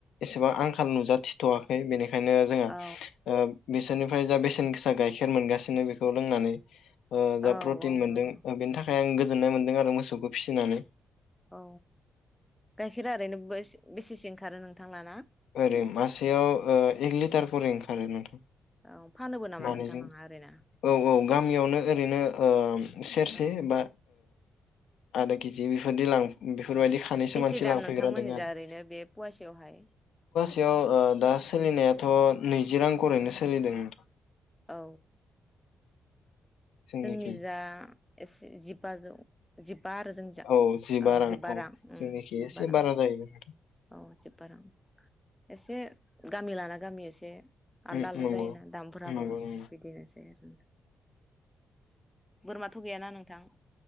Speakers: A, on the left; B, in the centre.
A: एसेबां आंख थान नुजाथिथ' वाखै बेनिखायनो ओंखायनो जोङो।
B: औ
A: बिसोरनिफ्राय जा बेसेन गोसा गाइखेर मोनगासिनो बेखौ लोंनानै। जा
B: औ
A: प्रटिन
B: औ
A: मोनदों
B: नंगौ
A: बेनि थाखाय। ओमफ्राय आं गोजोननाय मोन्दों आरो मोसौखौ फिसिनानै।
B: औ गाइखेरा ओरैनो बेसेसो ओंखारो नोंथांलाना।
A: ओरै मासेयाव ओ एक लि। ओंखारो नोंथां।
B: <unintelligible> नामा
A: मानैजों
B: नोंथां लाङा ओरैनो
A: औ औ गामियावनो ओरैनो। ओ। सेरसे
B: औ
A: बा। आदा केजि बिफोरदि लां। बेफोरबायदि
B: अ
A: खानैसो
B: बेसे
A: मानसि
B: दाम
A: लांफैग्रा
B: नोंथांमोननि
A: दङ आरो
B: जा ओरैनो बे फुवासेयावहाय
A: याव ओ दा सोलिनायाथ' नैजि रां रैनो सोलिदों। <unintelligible>
B: औ।
A: जोंनिखि
B: जोंनि जा एसे जिबाजौ जिबा आरो जोंनि जा
A: औ जिबा
B: औ जिबबा रां
A: जोंनिखि
B: जिबबा
A: एसे
B: रां
A: बारा जाहैबाय नोंथां
B: औ जिबबा रां एसे। गामि लाना गामि एसे। आलदा
A: उम,
B: आलदा
A: नंगौ
B: जायोना दामफोराबो।
A: नंगौ नंगौ
B: बिदिनोसै आरो। बोरमाथ' गैयाना नोंथां।